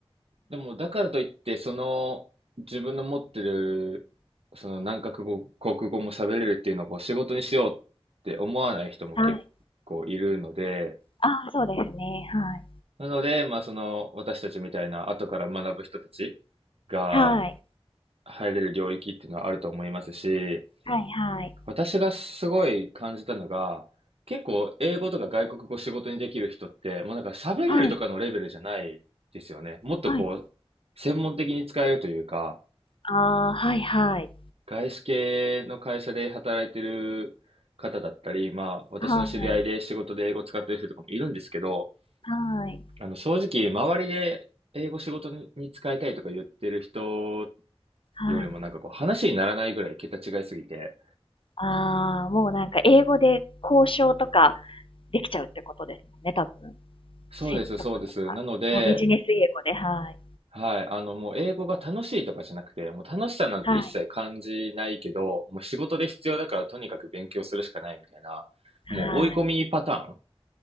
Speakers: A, on the right (about 75°); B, on the left (about 60°).
A: でもだからといって、その自分の持ってる、その何カ国語、国語も喋れるっていうのをこう仕事にしようって思わない人も結構いるので、
B: はい。ああ、そうですね。は
A: なので、まあその私たちみたいな後から学ぶ人たちが
B: い。はい。
A: 入れる領域っていうのはあると思いますし、
B: はいはい。
A: 私がすごい感じたのが、結構英語とか外国語仕事にできる人って、もうなんか喋れるとかのレベルじゃないですよね。
B: はい。
A: もっとこう、
B: はい。
A: 専門的に使えるというか、
B: ああ、はいはい。
A: 外資系の会社で働いてる方だったり、まあ私の知り合いで仕事で英語使ってる人とかもいるんですけど、
B: はい。はい。
A: あの正直周りで英語仕事に使いたいとか言ってる人
B: はい。
A: よりもなんかこう話にならないぐらい桁違いすぎて、
B: ああ、もうなんか英語で交渉とかできちゃうってことですもんね、多分。
A: そうです、
B: 説得とか。
A: そうです。なので、
B: もうビジネス英語で、はい。
A: はい。あの、もう英語が楽しいとかじゃなくて、もう楽しさなんて一切感じないけど、
B: はい。
A: もう仕事で必要だからとにかく勉強するしかないみたいな、
B: はい。
A: もう追い込みパターン